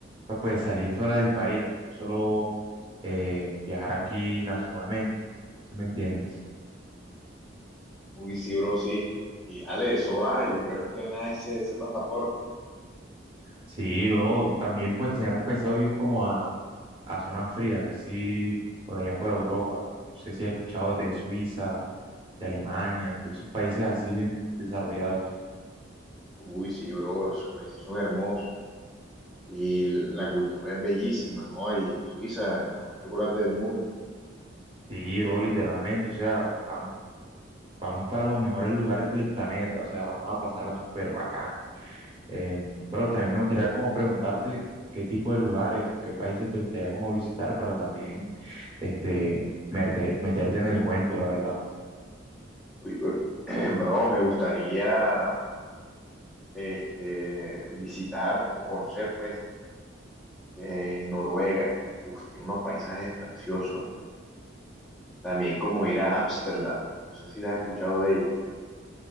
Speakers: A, on the right; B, in the centre.
A: pa- pues salir fuera del país, solo eh, viajar aquí nacionalmente, si me entiendes?
B: Uy, sí, bro, sí. Y dale, eso va, yo quiero estrenar ese, ese pasaporte.
A: Sí, bro, también pues tenemos pensado ir como a, a zonas frías, sí, por allá por Europa, no sé si has escuchado de Suiza, de Alemania, de esos países así bien desarrollados.
B: Uy, sí, bro, esos países son hermosos. Y la cultura es bellísima. Hoy, Suiza, el mejor chocolate del mundo.
A: Sí, bro, literalmente, o sea, vamos vamos para los mejores lugares del planeta, o sea, vamos a pasarla súper bacán. Eh, pero también me gustaría como preguntarte qué tipo de lugares, qué países te gustaría como visitar para también este, merte- meterte en el cuento, la verdad.
B: Uy, bro, <clears throat> bro, me gustaría. este, visitar o conocer, pues, eh, Noruega. Uf, tiene unos paisajes preciosos, hermano. También como ir a Ámsterdam. No sé si has escuchado de ella.